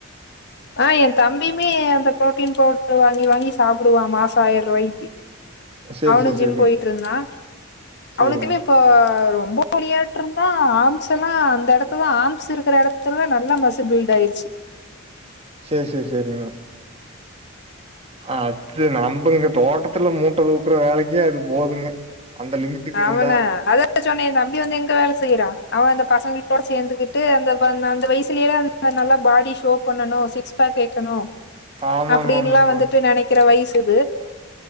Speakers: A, on the left; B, on the right.
A: ஆ என் தம்பியுமே அந்த பின் பவுடர் வாங்கி வாங்கி சாப்பிடுவான் மாசம் ஆயிரம் ரூபாய்க்கு
B: சரி,
A: அவனும்
B: சரி,
A: ஜிம்
B: சரிங்க.
A: போயிட்டு இருந்தான் அவனுக்குமே
B: சரிங்க.
A: இப்ப ரொம்ப விளையாட்டு இருந்தா ஆம்ஸ் எல்லாம் அந்த இடத்துதான் ஆம்ஸ் இருக்கிற இடத்துல நல்ல மசு பில்ட் ஆயிடுச்சு
B: சரி சரி சரிங்க அது நம்பங்க தோட்டத்துல மூட்டை தூக்குற வேலைக்கி அது போதுங்க அந்த லிமிட்டுக்கு
A: அவன
B: இருந்தா
A: அத சொன்னே என் தம்பி வந்து எங்க வேலை செய்யறான் அவன் அந்த பசங்களோட சேர்ந்துகிட்டு சுத்தரா அந்த அந்த வயசுலய நல்லா பாடி ஷோ பண்ணும் சிக்ஸ் பேக் கேக்கனும்
B: ஆமாமாமாமா.
A: அப்டின்னுல்லாம் வந்துட்டு நினைக்கிற வயசு இது